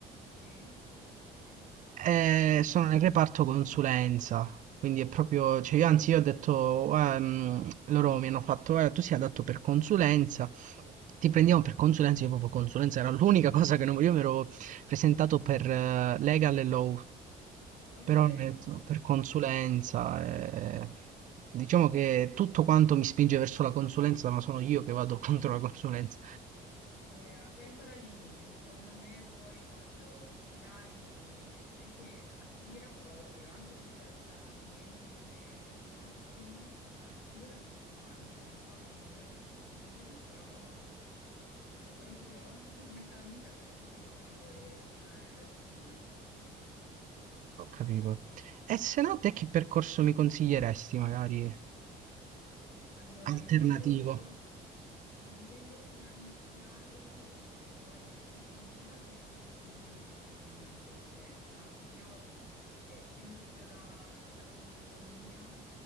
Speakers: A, on the left; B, on the right.
A: sì, sì, sì, sì.
B: Eh,
A: E-
B: sono nel reparto consulenza, quindi è proprio, cioè io anzi io ho detto, ehm, loro mi hanno fatto, guarda, tu sei adatto per consulenza, ti prendiamo per consulenza, io proprio consulenza era l'unica cosa che non volevo, io mi ero presentato per eh, legal e law,
A: Ok,
B: però ecco, per consulenza,
A: ok.
B: eh, diciamo che tutto quanto mi spinge verso la consulenza, ma sono io che vado <laughs> contro la consulenza.
A: Eh, ma sei ancora all'inizio, secondo me poi quando uscirai è che attira proprio, anche se in realtà l'ambiente non è il massimo, attira tutti quanti. Non so come sia possibile, però è proprio <laughs> una calamita per tutti di quelli che escono da, da economia.
B: Ho capito. E se no, te che percorso mi consiglieresti, magari
A: Allora,
B: alternativo?
A: a livello, a livello finanziario devo essere sincera che non, non ne sono molto esperta. Io, essendo uscita da, da appunto economia,